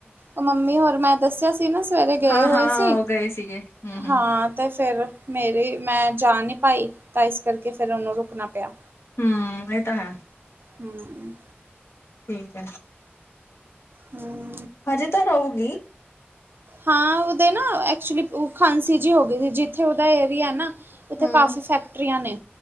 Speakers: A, on the right; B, on the left.
A: ਓ ਮੰਮੀ ਹੋਰ ਮੈ ਦੱਸੇਆ ਸੀ ਨਾ, ਸਵੇਰੇ ਗਏ
B: ਹਾਂ
A: ਹੋਏ
B: ਹਾਂ
A: ਸੀ,
B: ਉਹ ਗਏ ਸੀਗੇ ਹਮ ਹਮ
A: ਹਾਂ ਤੇ ਫੇਰ ਮੇਰੀ ਮੈਂ ਜਾ ਨੀ ਪਾਈ, ਤਾ ਇਸ ਕਰਕੇ ਫੇਰ ਓਨੂੰ ਰੁਕਨਾ ਪੇਆ।
B: ਹੂੰ, ਏ ਤਾ ਹੈ।
A: ਹੂੰ।
B: ਠੀਕ ਐ।
A: ਹੂੰ।
B: ਹਜੇ ਤਾ ਰਊਗੀ।
A: ਹਾਂ, ਉਦੇ ਨਾ ਐਕਚੁਲੀ ਖਾਂਸੀ ਜੀ ਹੋਗੀ ਸੀ, ਜਿੱਥੇ ਓਦਾ ਏਰੀਆ ਏ ਨਾ ਓਥੇ
B: ਹਮ
A: ਕਾਫੀ ਫੈਕਟਰੀਆਂ ਨੇ,